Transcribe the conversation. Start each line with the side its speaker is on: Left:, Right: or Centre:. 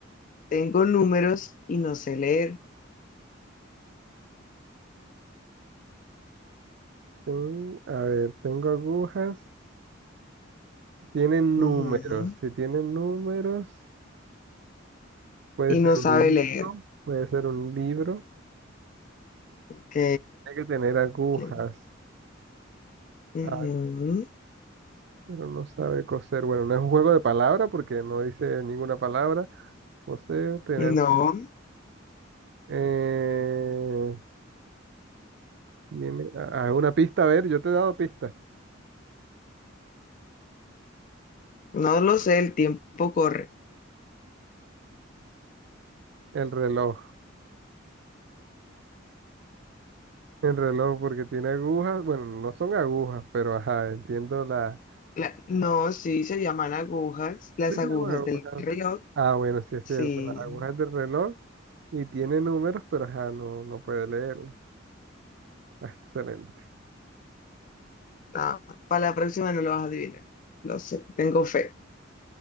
Left: Tengo números y no sé leer.
Right: Ten- a ver, tengo agujas. Tienen
Left: Ujú.
Right: números. Si tienen números. Puede
Left: Y no
Right: ser
Left: sabe
Right: un hilo,
Left: leer.
Right: puede ser un libro.
Left: Ok.
Right: Tiene que tener agujas.
Left: ok.
Right: Ah,
Left: Ujú.
Right: pero no sabe coser. Bueno, no es un juego de palabras porque no dice ninguna palabra. Coser, tener...
Left: No,
Right: Eh, tiene, ah, ah, una pista, a ver, yo te he dado pista.
Left: no lo sé. El tiempo corre.
Right: El reloj. El reloj porque tiene agujas. Bueno, no son agujas, pero ajá, entiendo la...
Left: La- no, sí, se llaman agujas. Las
Right: sí, sí,
Left: agujas
Right: bueno,
Left: del
Right: bueno.
Left: reloj.
Right: Ah, bueno, sí es
Left: Sí.
Right: cierto. Las agujas del reloj y tiene números, pero ajá, no, no puede leerlos. Ah, Excelente.
Left: Ah, para la próxima no lo vas a adivinar. Lo sé. Tengo fe.